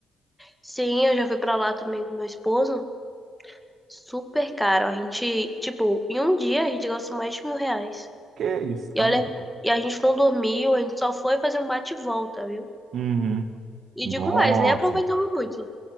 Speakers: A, in the centre; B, on the right.
A: Sim, eu já fui pra lá também com meu esposo. Super caro. A gente, tipo, em um dia a gente gastou mais de mil reais.
B: Que isso,
A: E
B: tá
A: olha,
B: maluco.
A: e a gente não dormiu, a gente só foi fazer um bate e volta, viu?
B: Uhum.
A: E
B: Nossa.
A: digo mais, nem aproveitamos muito.